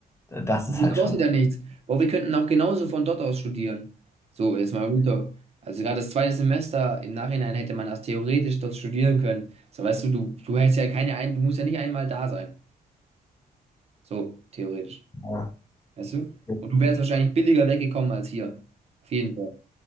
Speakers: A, on the left; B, on the right.
A: das
B: Das
A: ist halt
B: kostet
A: schon sehr,
B: ja nichts. Boah, wir könnten auch genauso von dort aus studieren. So, ist mal Real Talk. Also gerade das zweite Semester, im Nachhinein hätte man das theoretisch dort studieren können. So, weißt du, du, du hättest ja keine ein, du musst ja nicht einmal da sein. So, theoretisch.
A: ja,
B: Weißt du?
A: sehr
B: Und
A: kritisch.
B: du wärst wahrscheinlich billiger weggekommen als hier. Auf jeden Fall.